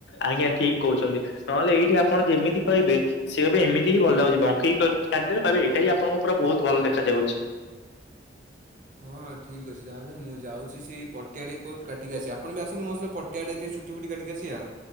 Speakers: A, on the left; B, on the right.
A: ଆଜ୍ଞା ଠିକ କହୁଛନ୍ତି। ନହେଲେ ଏଇଠି ଆପଣ ଯେମିତି କହିବେ ସେ କହେ ଏମିତି ହି ଭ ଲାଗଛି ବଙ୍କେଇକି କାଟିଦେବେ ଦେବେ ଏଇଟା ହି ଆପଣଙ୍କୁ ପୁରା ବହୁତ ଭଲ ଦେଖାଯାଉଛି।
B: ହଁ ଠିକ ଅଛି ତାହେଲେ ମୁଁ ଯାଉଛି ସେଇ ପଟିଆରେ କଉଁ କାଟିକା ଅଛି ଆପଣ ବି ଆସନ୍ତୁ ମୋ ସହ ପ <unintelligible> ଛୁଟି ଫୁଟି କତିକି ଆସିବା